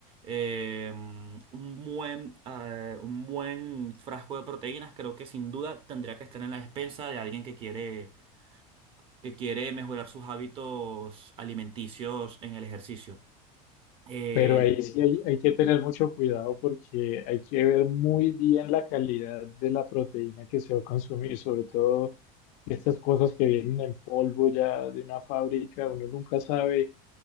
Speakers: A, on the right; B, on the left.
A: eh, un buen, eh, un buen frasco de proteínas, creo que sin duda tendría que estar en la despensa de alguien que quiere que quiere mejorar sus hábitos alimenticios en el ejercicio. El-
B: Pero ahí sí hay, hay que tener mucho cuidado porque hay que ver muy bien la calidad de la proteína que se va a consumir, sobre todo estas cosas que vienen en polvo ya de una fábrica, uno nunca sabe